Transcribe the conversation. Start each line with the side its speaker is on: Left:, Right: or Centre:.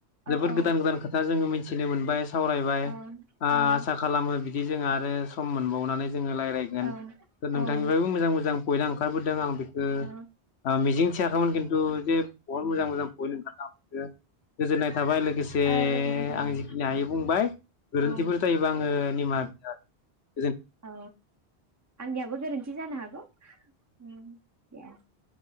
Left: जोबोद
Right: औ औ
Left: गोदान <unintelligible> खोथा जोङो मिथिनो मोनबाय सावरायबाय
Right: औ
Left: आसा
Right: औ
Left: खालामो बि बि जों आरो सम मोनबावनानै जोङो राय्लायगोन
Right: औ
Left: नोंथांनिफ्रायबो
Right: औ
Left: मोजां मोजां गयला ओंखारबोदों आं बि ओ
Right: औ
Left: आं मिजिं <unintelligible> खिन्थु जे बहत मोजां मोजां पइन्ट ओंखार <unintelligible> गोजोननाय थाबाय लोगोसे
Right: औ गोजोननाय थाबाय
Left: आं जिखिनि हायो बुंबाय गोरोन्थिफोर
Right: औ
Left: जायोबा आङो निमाहा <unintelligible>
Right: औ आंनियाबो गोरोन्थि जानो हागौ। उम <unintelligible>